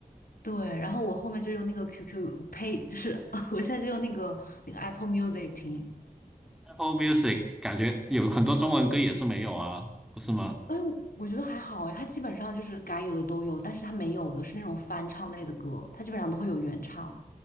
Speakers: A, on the left; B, in the centre.
A: 对。然后我后面就用那个 QQ Pay，就是 <laughs> 我现在就用那个那个 Apple Music 听。
B: Apple Music 感觉有很多中文歌也是没有啊，不是吗？
A: 哎，我觉得还好哎，他基本上就是该有的都有，但是他没有的是那种翻唱类的歌，他基本上都会有原唱。